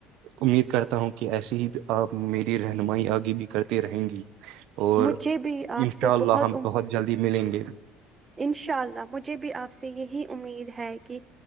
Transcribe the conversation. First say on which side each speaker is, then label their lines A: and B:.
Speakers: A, on the right; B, on the right.
A: امید کرتا ہوں کہ ایسے ہی آپ میری رہنمائی آگے بھی کرتے رہیں گی اور
B: مجھے بھی آپ
A: ان
B: سے
A: شاء اللہ ہم
B: امید
A: بہت جلدی ملیں گے
B: انشاء اللہ مجھے بھی آپ سے یہی امید ہے کہ